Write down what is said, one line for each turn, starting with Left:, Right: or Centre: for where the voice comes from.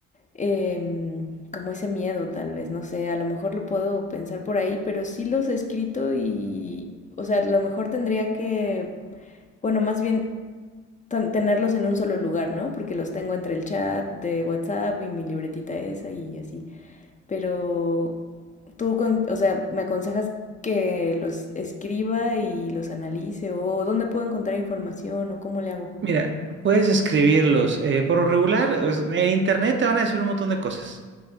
Left: em, como ese miedo tal vez, no sé, a lo mejor lo puedo pensar por ahí, pero sí los he escrito y, o sea, a lo mejor tendría que, bueno, más bien ten- tenerlos en un solo lugar, ¿no? Porque los tengo entre el chat de WhatsApp y mi libretita esa y así, pero tú, con- o sea, me aconsejas que los escriba y los analice o dónde puedo encontrar información o cómo le hago.
Right: Mira, puedes escribirlos. eh, por lo regular, es- en internet te van a decir un montón de cosas.